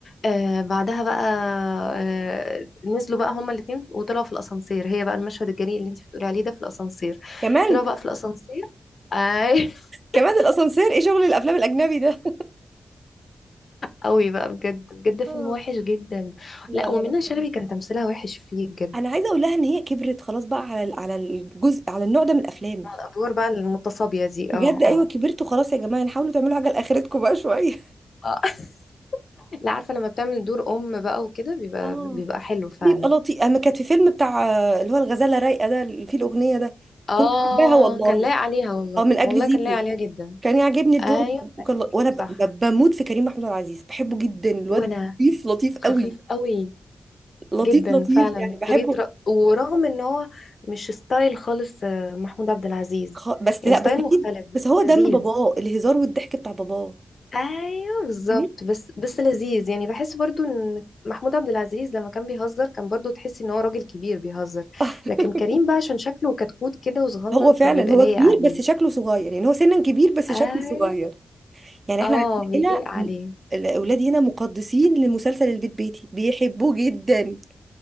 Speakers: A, on the left; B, on the right.
A: آه بعدها بقى آه نزلوا بقى هما الاتنين وطلعوا في الاسانسير هي بقى المشهد الجريء اللي انت بتقولي عليه ده في الاسانسير
B: كمان
A: طلعوا بقى في الاسانسير اي <laughs>
B: كمان الاسانسير ايه شغل الافلام الاجنبي ده
A: قوي بقى بجد بجد فيلم
B: آه.
A: وحش جدا
B: لا
A: لا
B: لا
A: ومنى
B: لا
A: شلبي
B: خلاص.
A: كان تمثيلها وحش فيه بجد
B: انا عايزه اقول لها ان هي كبرت خلاص بقى على ال- على الجزء على النوع ده من الافلام
A: ادوار بقى المتصابية دي
B: بجد
A: اه
B: ايوه
A: اه
B: كبرتوا خلاص يا جماعه يعني حاولوا تعملوا حاجه لاخرتكم بقى شويه
A: آه. <laughs> لا عارفة لما بتعمل دور ام بقى وكده بيبقى
B: اه
A: بيبقى حلو فعلا
B: بيبقى لطيف اما كانت في فيلم بتاع اللي هو الغزاله رايقه ده اللي فيه الاغنيه ده
A: اه
B: كنت حباها والله
A: كان لايق عليها والله
B: او من اجل
A: والله
B: زيكو
A: كان لايق عليها جدا
B: كان يعجبني الدور
A: ايوه
B: ده وكان
A: أكل
B: ل-
A: زيكو
B: وانا ب-
A: صح
B: ب- بموت في كريم محمود عبد العزيز بحبه جدا الواد
A: وانا
B: لطيف لطيف قوي
A: خفيف قوي
B: لطيف
A: جدا
B: لطيف
A: فعلا
B: يعني بحبه
A: طريقة رق... ورغم ان هو مش ستايل خالص آه، محمود عبد العزيز
B: خ... بس
A: يعني
B: لا
A: ستايل
B: بس اكيد
A: مختلف
B: بس هو دم
A: لذيذ
B: باباه الهزار والضحك بتاع باباه
A: ايوه بالظبط
B: يعني
A: بس بس لذيذ يعني بحس برضو ان محمود عبد العزيز لما كان بيهزر كان برضو تحس ان هو راجل كبير بيهزر
B: <laughs>
A: لكن كريم بقى عشان شكله كتكوت كده وصغنن
B: هو فعلا
A: فبيبقى
B: هو
A: لايق
B: كبير
A: عليه
B: بس شكله صغير يعني هو سنا كبير بس شكله
A: ايوه
B: صغير يعني احنا
A: اه
B: عندنا
A: بيليق
B: هنا
A: عليه
B: م- الاولاد هنا مقدسين لمسلسل البيت بيتي بيحبوه جدا